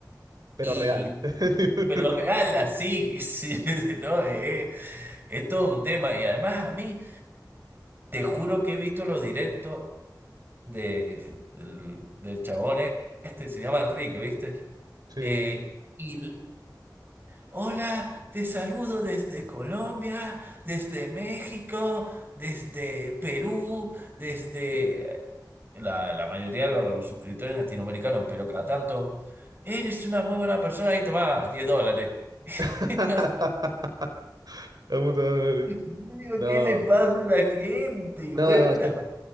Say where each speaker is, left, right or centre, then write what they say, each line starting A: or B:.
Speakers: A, on the right (about 65°); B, on the right (about 30°).
A: pero
B: Y,
A: real. <laughs>
B: pero real, así, que sí, <laughs> no, eh, es todo un tema. Y además a mí, te juro que he visto los directos de, del, del chabón este, se llama Enrique, ¿viste?
A: Sí.
B: Eh, y, l- hola, te saludo desde Colombia, desde México, desde Perú, desde la, la mayoría de los, los suscriptores latinoamericanos, pero cada tanto, eres una muy buena persona y tomás 10 dólares.
A: <laughs>
B: <laughs> No
A: La puta madre.
B: Digo,
A: No.
B: ¿qué le pasa a la gente?
A: No,
B: Mueve una va-